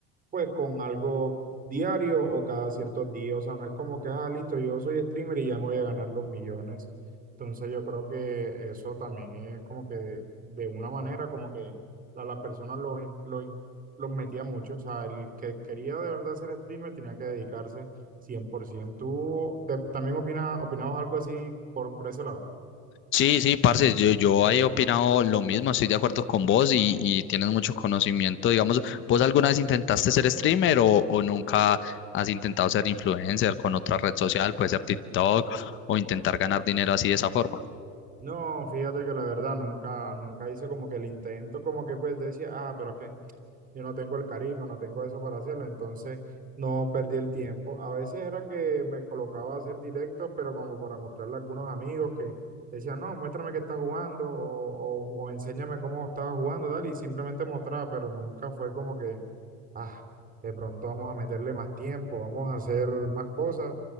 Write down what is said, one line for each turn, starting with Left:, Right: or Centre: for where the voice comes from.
Right: pues con algo diario o cada ciertos días. O sea, no es como que, ah, listo, yo soy streamer y ya me voy a ganar los millones. Entonces yo creo que eso también es como que de de una manera como que a las personas los, in- los, in- los metía mucho. O sea, el que quería de verdad ser streamer tenía que dedicarse 100%. ¿Tú te- también opinas, opinabas algo así por, por ese lado?
Left: Sí, sí, parce, yo, yo he opinado lo mismo, estoy de acuerdo con vos y, y tienes mucho conocimiento, digamos, ¿vos alguna vez intentaste ser streamer o, o nunca has intentado ser influencer con otra red social, puede ser TikTok o intentar ganar dinero así de esa forma?
Right: No, fíjate que la verdad nunca, nunca hice como que el intento, como que pues decía, ah, pero es que Yo no tengo el carisma, no tengo eso para hacerlo, entonces no perdí el tiempo. A veces era que me colocaba a hacer directos, pero como para mostrarle a algunos amigos que decían, no, muéstrame que estás jugando o, o, o enséñame cómo estabas jugando, tal, y simplemente mostraba, pero nunca fue como que, ah, de pronto vamos a meterle más tiempo, vamos a hacer más cosas.